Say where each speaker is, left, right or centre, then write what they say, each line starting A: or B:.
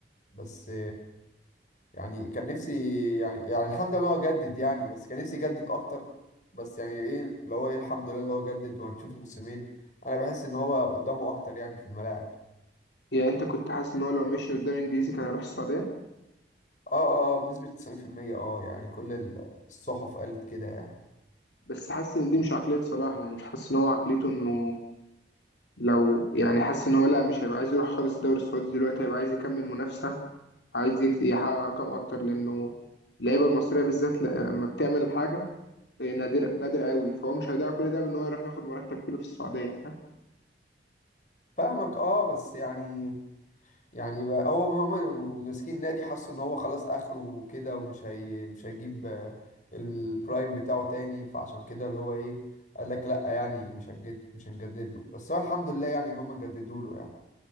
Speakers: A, on the left (about 45°); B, on the left (about 80°).
A: بس يعني كان نفسي يعني يعني الحمد لله إن هو جدد يعني بس كان نفسي يجدد أكتر بس يعني إيه اللي هو إيه الحمد لله اللي هو جدد وهنشوفه موسمين أنا بحس إن هو قدامه أكتر يعني في الملاعب
B: يعني انت كنت حاسس ان هو لو مشي من الدوري الانجليزي كان هيروح السعوديه
A: أه أه آه، بنسبة تسعين في المية أه يعني كل الصحف قالت كده يعني
B: بس حاسس ان دي مش عقليه صلاح يعني مش حاسس ان هو عقليته انه لو يعني حاسس ان هو لا مش هيبقى عايز يروح خالص الدوري السعودي دلوقتي هيبقى عايز يكمل منافسة عايز يك- يحقق ارقام اكتر لانه اللعيبة المصرية بالذات لما بتعمل حاجة هي نادرة نادر قوي فهو مش هيضيع كل ده بان هو يروح ياخد مرتب حلو في السعودية فاهم
A: فاهمك أه بس يعني يعني بقى هو هم ماسكين نادي حسوا ان هو خلاص اخره وكده ومش هي مش هيجيب آه، البرايم بتاعه تاني فعشان كده اللي هو ايه قال لك لا يعني مش هنجد مش هنجدد له بس هو الحمد لله يعني ان هم جددوا له يعني